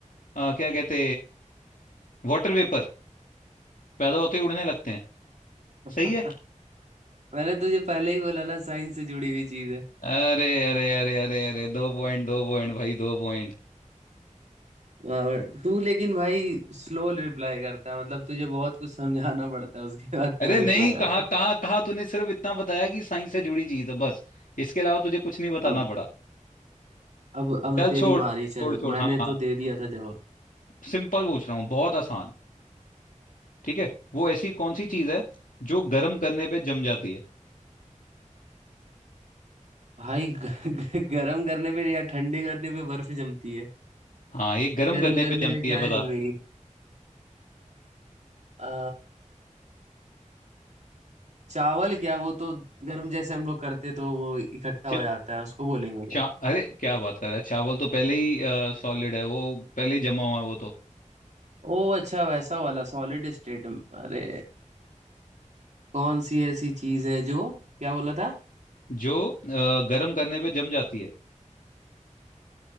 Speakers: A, on the left; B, on the right.
A: अ, क्या कहते वाटर वेपर पैदा होते ही उड़ने लगते हैं
B: <laughs>
A: सही है
B: मैंने तुझे पहले ही बोला ना साइंस से जुड़ी हुई चीज है
A: अरे अरे अरे अरे अरे दो पॉइंट दो पॉइंट भाई दो पॉइंट
B: वाह तू लेकिन भाई स्लो रिप्लाई करता है मतलब तुझे बहुत कुछ समझाना पड़ता है उसके बाद तेरा
A: अरे
B: रिप्लाई
A: नहीं
B: आता
A: कहा कहा
B: है
A: कहा तूने सिर्फ इतना बताया कि साइंस से जुड़ी चीज है बस इसके अलावा तुझे कुछ नहीं बताना
B: अब
A: पड़ा
B: अब अब
A: चल
B: तेरी
A: छोड़
B: बारी
A: छोड़
B: चल
A: छोड़
B: मैंने
A: हाँ हाँ
B: तो दे दिया था जवाब
A: सिंपल पूछ रहा हूँ बहुत आसान ठीक है वो ऐसी कौन सी चीज है जो गर्म करने पे जम जाती है
B: भाई ग, ग, गर्म करने पे या ठंडी करने पे बर्फ जमती है
A: हाँ ये गर्म
B: गर्म
A: करने
B: करने
A: पे जमती
B: पे क्या
A: है बता
B: जमेगी आ चावल क्या वो तो गर्म जैसे हम लोग करते तो वो इकट्ठा
A: जम
B: हो जाता है उसको बोलेंगे क्या
A: चा अरे क्या बात कर रहा है चावल तो पहले ही सॉलिड है वो पहले ही जमा हुआ है वो तो
B: ओ अच्छा वैसा वाला सॉलिड स्टेट अरे कौन सी ऐसी चीज है जो क्या बोला था
A: जो अ, गर्म करने पे जम जाती है